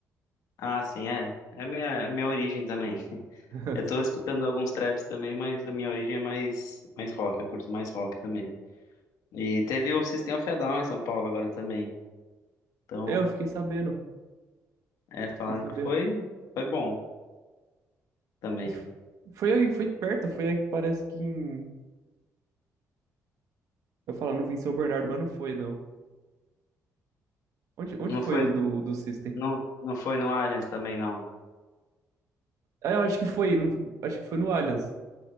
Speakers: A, on the left; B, on the right.
A: Ah, sim, é. É a minha, a minha origem também. <laughs>
B: <laughs>
A: Eu tô escutando alguns traps também, mas a minha origem é mais, mais rock, eu curto mais rock também. E teve o System of a Down em São Paulo agora também. Então,
B: É, eu fiquei sabendo,
A: é, falaram
B: fiquei sabendo.
A: que foi, foi bom também.
B: E f- Foi aí, foi perto, foi aí que parece que em... Eu falar, não vim em São Bernardo, mas não foi, não. Onde, onde
A: Não
B: foi
A: foi,
B: o do, o do System?
A: não, não foi no Allianz também, não.
B: Ah, eu acho que foi, no- acho que foi no Allianz.